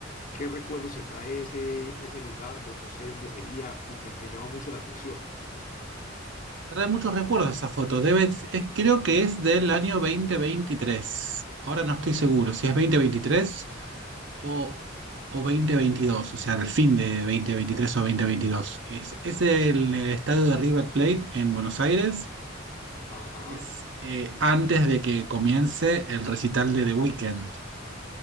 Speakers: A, on the left (about 45°); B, on the right (about 65°).
A: ¿qué recuerdos se trae ese, ese lugar? No no sé dónde sería, me me- me llama mucho la atención.
B: Trae muchos recuerdos esa foto. Debe, es- creo que es del año 2023. Ahora no estoy seguro si es 2023 o, o 2022, o sea, del fin de 2023 o 2022. Es, es el, eh, estadio de River Plate en Buenos Aires.
A: Ajá.
B: Es eh, antes de que comience el recital de The Weeknd.